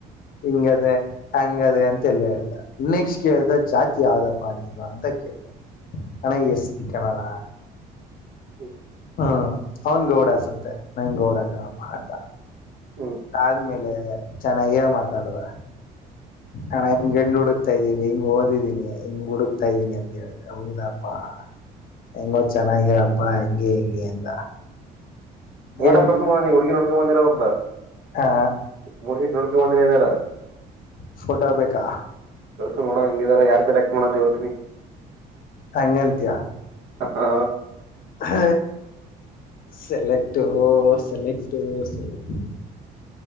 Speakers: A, on the left (about 60°); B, on the right (about 80°).
A: ಹಿಂಗ ಅದೇ ಹಂಗ ಅದೇ ಅಂತ ಎಲ್ಲ ಹೇಳ್ತಿ ನೆಕ್ಸ್ಟ್ ಕೇಳ್ದ ಜಾತಿ ಯಾವ್ದಪ್ಪ ನಿಿಂದ ಅಂತ ಕೇಳ್ದ ಅಣ್ಣ ಎಸ್ ಸಿ ಕನ್ನೋಡ
B: ಹ್ಮ
A: ಹ್ಮ ಅವ್ನ್ ಗೌಡ ಸಂತೆ ನನ್ ಗೌಡ ಹಾಕಣಪ್ಪ ಅಂತ
B: ಹ
A: ಆದ್ಮೇಲೆ ಚೆನ್ನಾಗೇ ಮಾತಾಡದ ಹಣಂಗ ಗಂಡ ಹುಡುಕ್ ತಾ ಇದ್ದೀವಿ ಹಿಂಗ್ ಓದಿದ್ದೀನಿ ಹಿಂಗ್ ಹುಡುಕ್ತಾ ಇದ್ದೀನಿ ಅಂತ ಹೇಳ ಹೌದಾಪ್ಪಾ ಎಂಗೋ ಚೆನ್ನಾಗಿರಪ್ಪ ಹೆಂಗಗೆ ಹೆಂಗಗೆ ಅಂದ
B: ೋಟ
A: ಏನ್
B: ಕರ್ಸೋ ಮಾಡ ನೀ ಹುಗಿ ಹಡ್ಕೊಂಡ ಬಂದಿರೋ್ರ ಅಂತ
A: ಹಾ
B: ಮೂರ್ ಸೀಟ್ ನೋಡ್ಕೊಂಡ ಬಂದಿನಿ ಏನಾರ
A: ಫೋಟಾ ಬೇಕಾ
B: ಕಸ ನೋಡಂಗ ಹಂಗಿದಾರ ಯಾರ್ ಸೆಕ್ ಮಾಡ ಅಂತ ಹೇಳ್ತಿನಿ
A: ಅಂಗಲ್ತ್ಯ
B: ಹಾ
A: ಹ ಸೆಲೆಕ್ಟ್ ಸೆಲೆಕ್ಟ್ ಸೆಲೆಕ್